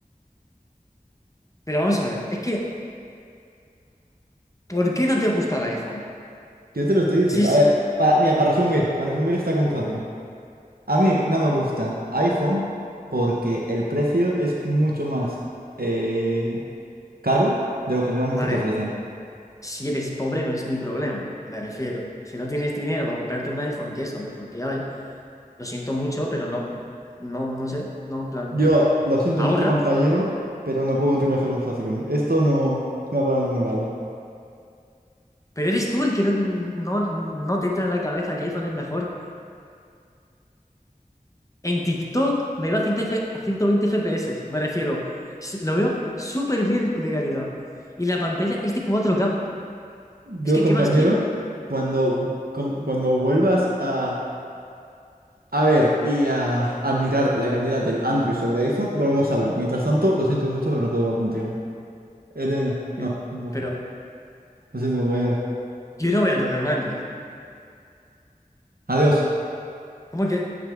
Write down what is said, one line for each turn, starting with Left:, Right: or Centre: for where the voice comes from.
Left: Pero vamos a ver, es que, ¿por qué no te gusta el iPhone?
Right: Yo te lo estoy diciendo.
Left: Si es,
Right: A ver, para, mira, para resumir, para resumir esta conversación. A mí no me gusta iPhone porque el precio es mucho más. eh, caro de lo que realmente
Left: a ver,
Right: te ofrecen.
Left: si eres pobre no es mi problema, me refiero. Si no tienes dinero para comprarte un iPhone, que es lo mejor que hay, lo siento mucho, pero no, no, no sé, no, en plan,
Right: Yo lo siento
Left: ahorra
Right: mucho, compañero, pero no puedo continuar esta conversación. Esto no, no va para ningún lado.
Left: Pero eres tú el que no, no, no te entra en la cabeza que iPhone es mejor. En TikTok me va a 100 F- a 120 FPS, me refiero. Si- Lo veo súper bien de calidad. Y la pantalla es de 4K.
Right: Yo,
Left: Es que,
Right: compañero,
Left: ¿qué más quiero?
Right: cuando, com- cuando vuelvas a, a ver y a admirar la calidad del Android sobre iPhone, volvemos a hablar. Mientras tanto, lo siento mucho, pero no puedo hablar contigo. Eres... No,
Left: Pero,
Right: no puedo.
Left: pero
Right: Lo siento, compañero.
Left: yo no voy a tocar un Android.
Right: Adiós.
Left: ¿Cómo que?